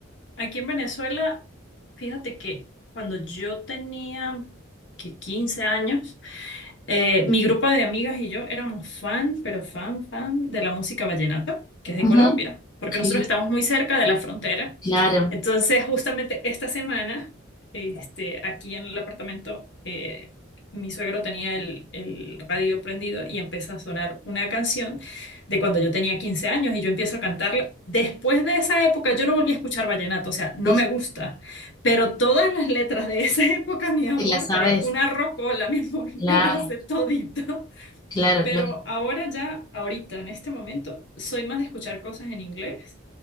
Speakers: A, on the left; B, on the left.
A: aquí en Venezuela, fíjate que cuando yo tenía que 15 años, eh, mi grupo de amigas y yo éramos fan, pero fan, fan de la música vallenata, que es de
B: Ujú.
A: Colombia, porque
B: Sí,
A: nosotros estamos muy cerca de la frontera.
B: claro,
A: Entonces, justamente esta semana, este, aquí en el apartamento, eh, mi suegro tenía el, el radio prendido y empieza a sonar una canción de cuando yo tenía 15 años y yo empiezo a cantarla. Después de esa época, yo no volví a escuchar vallenato, o sea, no
B: sí,
A: me
B: sí,
A: gusta. Pero todas las letras de esa <laughs> época, mi amor,
B: te la sabes,
A: parezco una rocola, mi amor, <laughs> me
B: claro,
A: las sé todita.
B: claro,
A: Pero
B: claro.
A: ahora ya, ahorita, en este momento, soy más de escuchar cosas en inglés.